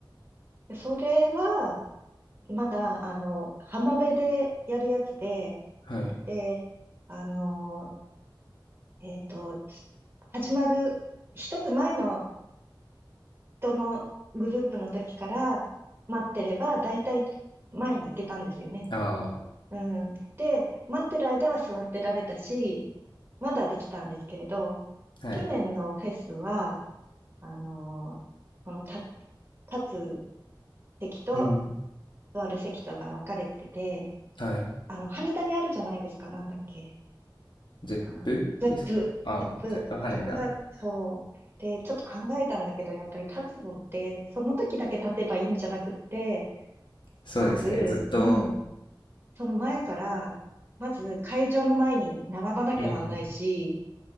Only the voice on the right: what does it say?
で、それは、まだ、あの、浜辺でやるやつで、
で、あの、えっと、始まる、一つ前のとのグループの時から待ってれば、だいたい前に行けたんですよね。
うん。で、待ってる間は座ってられたし、まだできたんですけれど、
去年のフェスは、あのーその立立つ席と
座る席とが分かれてて、
あの、羽田にあるじゃないですか、なんだっけ。
あゼップ、ゼップ、
あそこだ、そう。で、ちょっと考えたんだけど、やっぱり立つのって、その時だけ立てばいいんじゃなくって、
まず、
うん、その前から、まず会場の前に並ばなきゃなんないし、